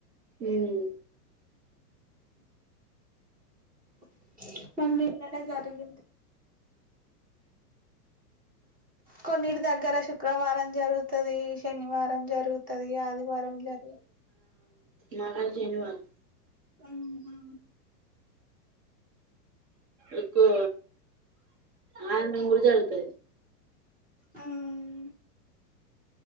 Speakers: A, on the right (about 40°); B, on the right (about 15°).
A: ఉమ్
B: <unintelligible> జరుగు కొన్నిటి దగ్గర శుక్రవారం జరుగుతది శనివారం జరుగు తది ఆదివారం జరుగ్
A: మాకైతే శనివారం
B: అహా
A: ఎక్కువ ఆ యన్నం కూడ జరుగుతది
B: ఆమ్